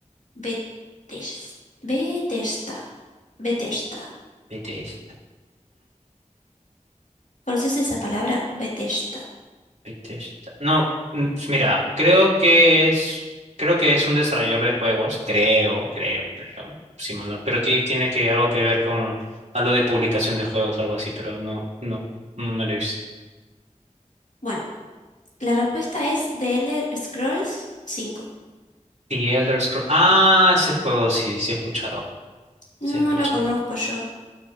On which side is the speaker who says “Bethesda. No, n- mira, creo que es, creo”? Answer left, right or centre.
Right